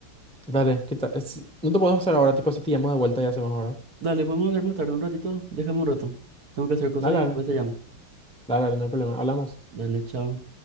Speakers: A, in the centre; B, on the right.
A: Dale, ¿qué tal? Es- No te puedo hacer ahora, tipo, si te llamo de vuelta y hacemos ahora.
B: Dale, podemos hacer más tarde un ratito. Déjame un rato. Tengo que hacer cosas
A: Dale,
B: y
A: dale,
B: después te llamo.
A: dale, dale, no hay problema. Hablamos.
B: Dale, chao.